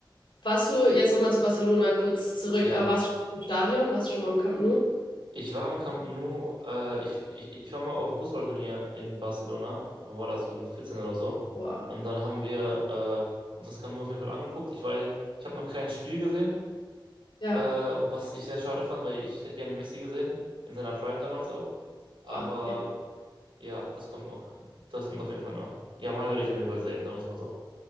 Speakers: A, on the left; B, on the right.
A: Warst du jetzt nochmal zu Barcelona kurz zurück,
B: Ja.
A: aber warst du schon im Stadion? Warst du schon mal im Camp Nou?
B: Ich war im Camp Nou, äh, ich, ich, ich war mal auf einem Fußballturnier in Barcelona, wann war das so mit 14 oder so.
A: Boah.
B: Und dann haben wir äh, uns das Camp Nou auf jeden Fall angeguckt. Ich war, ich habe noch kein Spiel gesehen,
A: Ja.
B: äh, was ich sehr schade fand, weil ich hätte gerne Messi gesehen, in seiner Prime damals auch. Aber
A: Boah. Ja,
B: ja, das kommt noch. Das kommt auf jeden Fall noch. Jamal werde ich auf jeden Fall sehen, sagen wir es mal so.